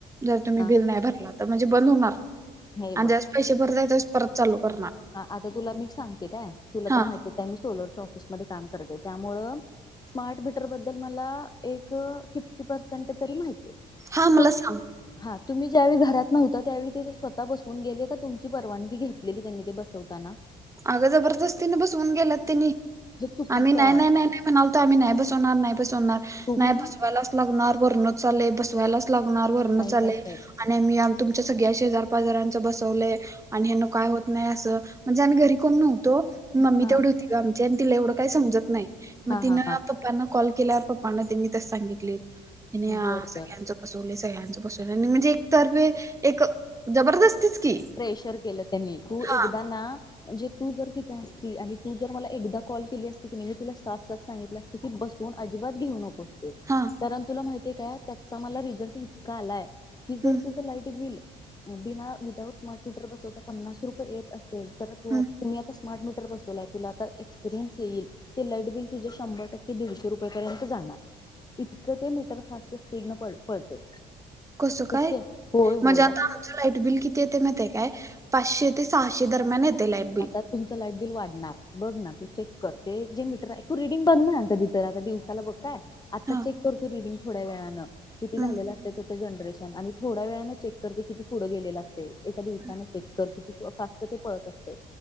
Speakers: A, on the right; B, on the left.
A: जर तुम्ही
B: हा
A: बिल नाही भरला तर म्हणजे बंद होणार.
B: हे
A: आणि जस पैसे भरत आहे त्यास परत चालू करणार.
B: हा आता तुला मी सांगते काय तुला
A: हा
B: तर माहिती आहे आहे मी सोलरच्या ऑफिसमध्येध्ये काम करते त्यामुळं स्मार्ट मीटर बद्दल मला एक फिफ्टी पर्सेंट तरी माहिती आहे.
A: हा मला
B: खप
A: सांग
B: हा तुम्ही ज्यावेळी घरात नव्हता त्यावेळी ते स्वतः बसवून गेले का तुमची परवानगी घेतलेली त्यांनी बसवताना
A: अगं जबरदस्तीने बसवून गेलात तिनी
B: हे चुकीचं
A: आम्ही नाही
B: आहे
A: नाही नाही नाही..... म्हणाल तर आम्ही नाही बसवणार नाही बसवणार
B: तुम्ही
A: नाही बसवायलाच लागणार वरणोच चाले बसवायलाच. लागणार वरनच
B: नाही
A: आलय.
B: नाही नाही
A: आणि आम्ही तुमच्या सगळ्या शेजार पाजारांच बसवलेय आणि हना काय होत नाही असं म्हणजे आम्ही घरी कोण नव्हतो मम्मी
B: हा
A: तेवढी होती ग आमची आणि तिला एवढं काय समजत नाही मग
B: हा
A: ती
B: हा
A: न
B: हा
A: प पप्पांना कॉल केल्यावर पप्पांना त्यांनी तच सांगितले तिने
B: बर
A: सगळ्यांचं
B: बर
A: बसवले सगळ्यांच बसवले आणि म्हणजे एक तर्फे एक जबरदस्तीच की.
B: प्रेशर केलं त्यांनी तू
A: हा
B: एकदा ना म्हणजे तू जर तिथ असती आणि तू जर मला एकदा कॉल केली असती की नाय तुला साफ साफ सांगितलं ती बसवून अजिबात घेऊ नकोस ते.
A: हा.
B: कारण तुला माहितीय काय त्याचा मला रिझल्ट इतका आलाय की जर
A: हम्म
B: तुझं लाईट बिल बिना विदाऊट स्मार्ट मीटर बसवता पन्नास रुय येत असेल तर तू
A: हम्म
B: - तुम्ही आता स्मार्ट मीटर बसवलाय तुला आता एक्सपिरियन्स येईल. ते लाईट बिल तुजे शंभर टक्के दीडशे रुपयेपर्यंत जाणार. इतकं ते मीटर फास्ट स्पीड न पळ- पळतंय
A: कसं काय
B: ओक्के. होय
A: म्हणजे
B: होय
A: आता आमचं लाईट बिल किती येतंय माहितीय काय पाचशे ते सहाशे दरम्यान येते लाईट बिल.
B: आता तुमचं लाईट बिल वाढणार. बघ ना तू चेक करते जे मीटर आहे तू रिडिंग बघ ना कधी तर आता दिवसाला बघ काय. आता
A: हा
B: चेक कर तू रिडिंग थोड्या वेळानं किती
A: हम्म
B: झालेलं आ जनरेशन आणि थोड्या वेळान चेक करते किती पुढं गेलेलं असतय एका दिवसान
A: हम्म
B: चेक तर किती फास्ट ते पळत असतंय.